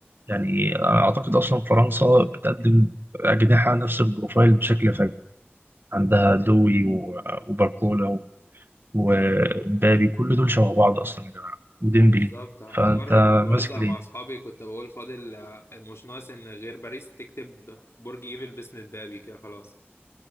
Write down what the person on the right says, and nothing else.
يعني اعتقد اصلا فرنسا بتقدم اجنحه نفس البروفايل بشكل فج عندها دوي و- وباركولا و- ومبابي كل دول شبه بعض اصلا يا جماعه وديمبلي
فانت
ماسك ليه